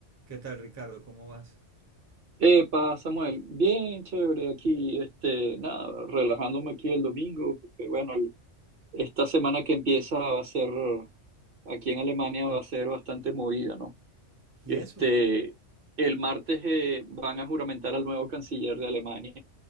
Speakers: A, on the right (about 20°); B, on the right (about 50°).
A: ¿Qué tal, Ricardo? ¿Cómo vas?
B: Epa, Samuel, bien chévere aquí, este, nada, relajándome aquí el domingo, porque bueno, el- esta semana que empieza va a ser, aquí en Alemania va a ser bastante movida, ¿no?
A: ¿Y
B: Este,
A: eso?
B: el martes eh, van a juramentar al nuevo canciller de Alemania,